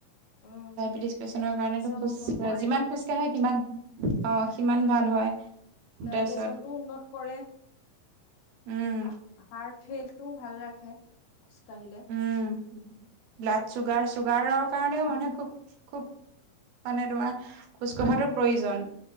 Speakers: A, on the left (about 80°); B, on the right (about 80°).
A: উম
B: বেডিছ পেচেন
A: ডাইজেচন
B: কাৰণেটো খোজ
A: উন্নত কৰে
B: যিমান খোজকাঢ়ে সিমান অ সিমান ভাল হয়।
A: ডাইডেশচনটো
B: তাৰপিছত
A: উন্নত কৰে।
B: উম
A: হাৰ্ট ঠেলটো ভাল ৰাখে খোজকাঢ়িলে
B: উম ব্লাড চুগাৰ চুগাৰৰ কাৰণেও মানে খুব খুব মানে তোমাৰ খোজ কঢ়াটো প্ৰয়োজন।